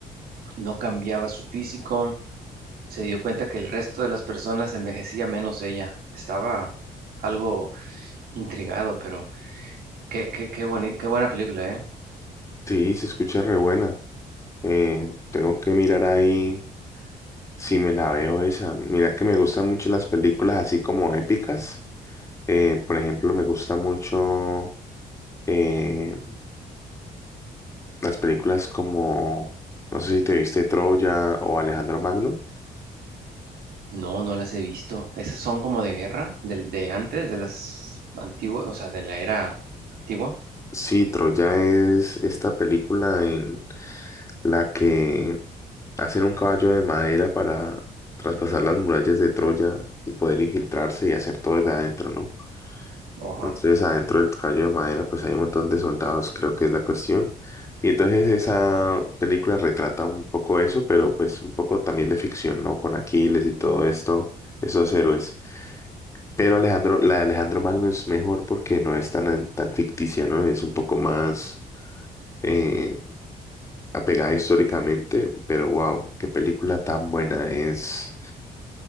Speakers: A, on the right (about 75°); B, on the left (about 20°).
A: no cambiaba su físico. Se dio cuenta que el resto de las personas envejecía menos ella. Estaba algo intrigado, pero qué, qué, qué, boni- qué buena película, ¿eh?
B: Sí, se escucha re buena. Eh, tengo que mirar ahí si me la veo esa. Mira que me gustan mucho las películas así como épicas. Eh, por ejemplo, me gusta mucho eh, las películas como, no sé si te viste Troya o Alejandro Magno.
A: No, no las he visto. Esas son como de guerra, del de antes, de las antiguas, o sea, de la era antigua.
B: Sí, Troya es esta película en la que Hacen un caballo de madera para traspasar las murallas de Troya y poder infiltrarse y hacer todo desde adentro, ¿no?
A: Ajá,
B: Entonces, adentro del caballo de madera, pues hay un montón de soldados, creo que es la cuestión. Y entonces esa película retrata un poco eso, pero pues un poco también de ficción, ¿no? Con Aquiles y todo esto, esos héroes. Pero Alejandro, la de Alejandro Magno es mejor porque no es tan, tan ficticia, ¿no? Es un poco más eh, apegada históricamente, pero wow, qué película tan buena es.